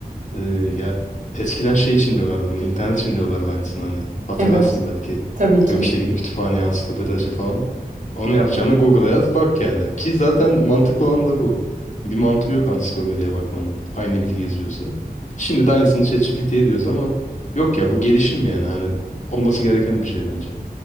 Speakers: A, on the left; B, on the right.
A: e, ya eskiden şey için diyorlardı bunu. internet için diyorlardı aynısını hani. Hatırlarsın
B: Evet,
A: belki.
B: tabii ki.
A: Yok işte gidin kütüphaneye ansiklopedi açın falan. Onu yapacağına Google'a yaz bak yani. Ki zaten mantıklı olan da bu. Bir mantığı yok ansiklopediye bakmanın. Aynı bilgi yazıyorsa. Şimdi de aynısını ChatGPT'ye diyoruz ama yok ya bu gelişim yani. Hani olması gereken bir şey bence.